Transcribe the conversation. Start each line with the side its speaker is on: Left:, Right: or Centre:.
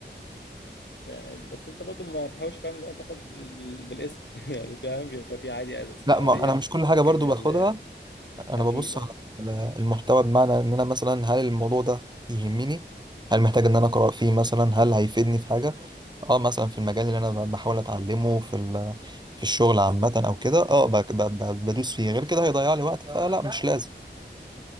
Left: يعني بس انت برضو ما تحاولش فاهم اللي هو تاخد بال- بال- بالاسم <laughs> يعني فاهم بيبقى في عادي اسماء
Right: لا ما
Left: عادية
Right: أنا مش كل حاجة
Left: ولكن
Right: برضو
Left: ال-
Right: باخدها انا
Left: اكيد
Right: ببص على على المحتوى بمعنى ان انا مثلا هل الموضوع ده يهمني هل محتاج ان انا اقرا فيه مثلا هل هيفيدني في حاجه اه مثلا في المجال اللي انا ب- بحاول اتعلمه في ال- في الشغل عامه او كده اه ب- ب- ب- بدوس فيه غير كده هيضيع لي وقت فلا مش لازم